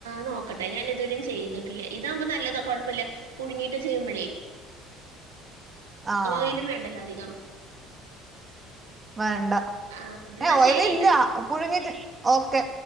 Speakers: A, on the right (about 85°); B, on the right (about 20°).
A: നോക്കട്ടെ ഞാന് ഇതുവരിം ചെയ്തിട്ടില്ലേ ഇതാവുമ്പോ നല്ലതാ കൊഴപ്പല്ല പുഴുങ്ങിട്ട് ചെയ്യുമ്പൊഴേ
B: ആഹ്
A: ഓയിലും വേണ്ടല്ലോ അധികം
B: വേണ്ട
A: ആ എന്നാ
B: ഏ ഓയിൽ
A: ശരി
B: ഇല്ല പുഴുങ്ങിട്ട് ഓക്കെ